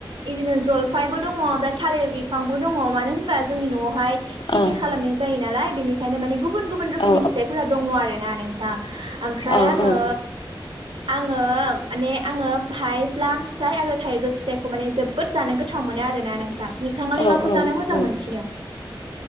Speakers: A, on the right; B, on the left.
A: बिदिनो ज'लफायबो दङ ओमफ्राय थालिर बिफांबो दङ मानो होनबा जोंनि न'आवहाय खेथि
B: औ
A: खालामनाय जायो नालाय बेनिखायनो माने गुबुन गुबुन रोखोमनि
B: औ
A: फिथाइफोरा दङ आरोना नोंथां ओमफ्राय
B: औ
A: आङो आङो माने आङो बाहाय प्लाम फिथाइ आरो थाइजौ फिथाइ -खौ माने जोबोद जानो गोथाव मोनो आरो ना नोंथां। नोंथाङालाय
B: औ
A: माखौ जानो मोजां मोनसिनो?